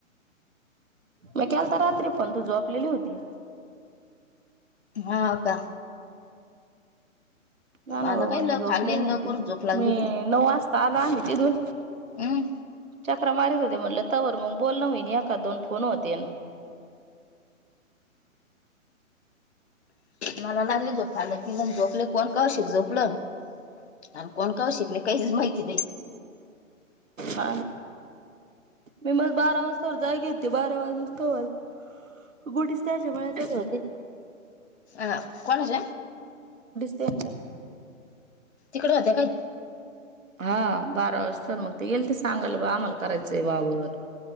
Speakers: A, on the right (about 70°); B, on the left (about 50°).
A: मी केलंत रात्री फोन, पण तू झोपलली होती.
B: हा का,
A: ना
B: मला
A: ना बाऊ
B: काय
A: मणे
B: ल
A: झोपली
B: खाल्ले न
A: माेती,
B: लवकर झोप लागली
A: मी
B: ती
A: नऊ वाजता आला आम्ही तिथून
B: हम्म
A: चक्र मारत होते म्हणलं. ता वर मग बोल न होन एख दोन फोन होतेल.
B: मला लागले झोपल झोपले कोण कौशिक झोपलं, आणि कोण काव शिकले काहीच माहिती नाही.
A: ह म मज बारास, सर जागे होती बारा वाजूवर गुटीस त्याच्या मच होते.
B: अह कोणज,
A: तेच्या
B: तिकडे होत्या काही,
A: हा बारा वाजता मग ते येईल, तर सांगायला बा आम्हाला करायचंय वावर,